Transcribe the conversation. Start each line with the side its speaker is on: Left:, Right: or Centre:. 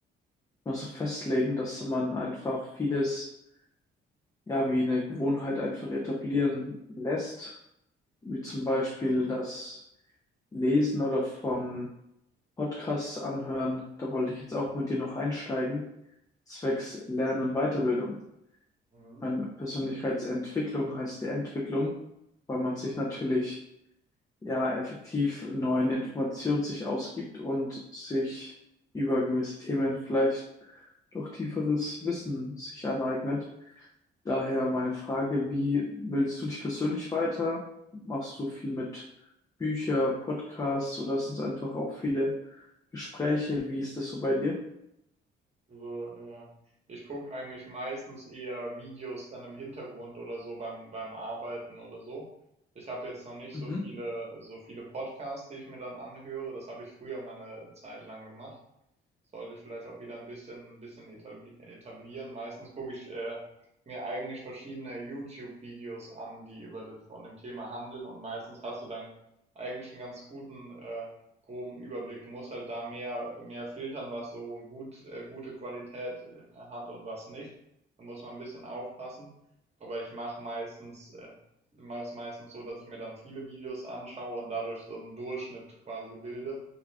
Left: mal so festlegen, dass man einfach vieles, ja, wie eine Gewohnheit einfach etablieren lässt. Wie zum Beispiel, dass Lesen oder von Podcasts anhören. Da wollte ich jetzt auch mit dir noch einsteigen. Zwecks Lernen und Weiterbildung.
Right: Mhm.
Left: Meine Persönlichkeitsentwicklung heißt die Entwicklung, weil man sich natürlich ja effektiv neuen Informationen sich ausgibt und sich über gewisse Themen vielleicht doch tieferes Wissen sich aneignet. Daher meine Frage, wie bildest du dich persönlich weiter? Machst du viel mit Bücher, Podcasts oder sind es einfach auch viele Gespräche? Wie ist das so bei dir?
Right: Also, äh, ich gucke eigentlich meistens eher Videos dann im Hintergrund oder so beim, beim Arbeiten oder so. Ich habe jetzt noch nicht
Left: Mhm.
Right: so viele, so viele Podcasts, die ich mir dann anhöre. Das habe ich früher mal eine Zeit lang gemacht sollte ich vielleicht auch wieder ein bisschen, ein bisschen etabli etablieren. Meistens gucke ich äh, mir eigentlich verschiedene YouTube-Videos an, die über das, von dem Thema handeln und meistens hast du dann eigentlich einen ganz guten äh, groben Überblick. Du musst halt da mehr, mehr filtern, was so gut, äh, gute Qualität äh, hat und was nicht. Da muss man ein bisschen aufpassen. Aber ich mache meistens, äh, mache es meistens so, dass ich mir dann viele Videos anschaue und dadurch so einen Durchschnitt quasi bilde.